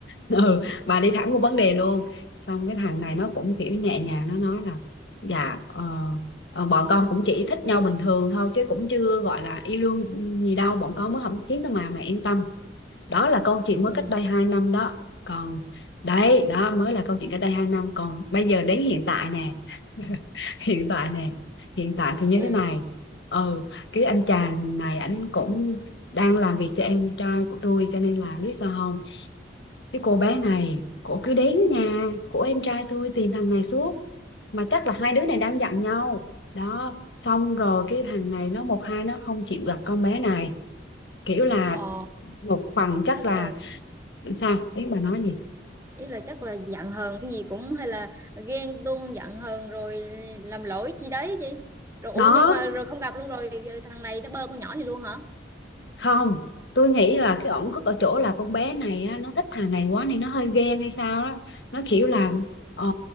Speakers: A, on the left; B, on the right.
A: ừ, bà đi thẳng vô vấn đề luôn xong cái thằng này nó cũng kiểu nhẹ nhàng nó nói là dạ ờ, Ờ, bọn con cũng chỉ thích nhau bình thường thôi chứ cũng chưa gọi là yêu đương gì đâu bọn con mới không kiếm thôi mà mẹ yên tâm đó là câu chuyện
B: ừ
A: mới cách đây 2 năm đó còn đấy đó mới là câu chuyện cách đây hai năm còn bây giờ đến hiện tại nè <laughs> hiện tại nè hiện tại thì như
B: ừ
A: thế này ừ cái anh chàng này anh cũng đang làm việc cho em trai của tôi cho nên là biết sao không cái cô bé này cổ cứ đến nhà của em trai tôi tìm thằng này suốt mà chắc là hai đứa này đang giận nhau đó xong rồi cái thằng này nó một hai nó không chịu gặp con bé này kiểu là
B: ờ,
A: một phần chắc
B: chắc
A: là
B: là
A: sao ý bà nói gì
B: ý là chắc là giận hờn cái gì cũng hay là ghen tuông giận hờn rồi làm lỗi chi đấy chị rồi
A: đó
B: ủa nhưng mà rồi không gặp luôn rồi thằng này nó bơ con nhỏ này luôn hả
A: không tôi nghĩ là cái ổn khúc ở chỗ là con bé này á, nó thích thằng này quá nên nó hơi ghen hay sao đó nó kiểu là ờ,